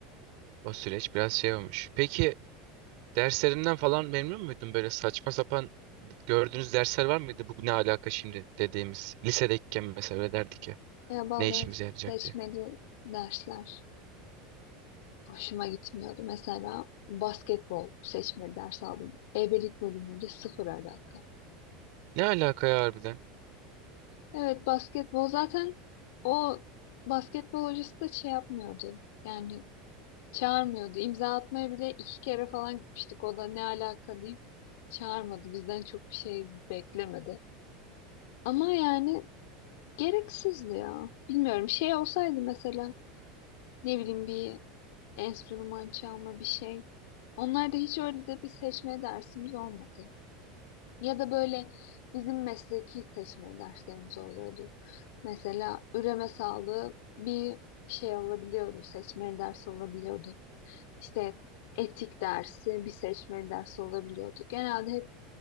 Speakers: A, on the right (about 55°); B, on the left (about 65°).
A: O süreç biraz şey olmuş. Peki derslerinden falan memnun muydun? Böyle saçma sapan gördüğünüz dersler var mıydı? Bu ne alaka şimdi dediğimiz. Lisedeyken mesela öyle derdik ya.
B: Ya bazen
A: Ne işimize yarayacak
B: seçmeli
A: diye.
B: dersler hoşuma gitmiyordu. Mesela basketbol seçmeli ders aldım. Ebelik bölümünde sıfır alaka.
A: Ne alaka ya harbiden?
B: Evet basketbol zaten o basketbol hocası da şey yapmıyordu. Yani Çağırmıyordu. İmza atmaya bile iki kere falan gitmiştik. O da ne alaka deyip çağırmadı. Bizden çok bir şey beklemedi. Ama yani gereksizdi ya. Bilmiyorum. Şey olsaydı mesela ne bileyim bir enstrüman çalma bir şey. Onlar da hiç öyle de bir seçme dersimiz olmadı. Ya da böyle bizim mesleki seçme derslerimiz oluyordu. Mesela üreme sağlığı bir şey olabiliyordu. Seçme dersi olabiliyordu. İşte etik dersi, bir seçmeli ders olabiliyordu. Genelde hep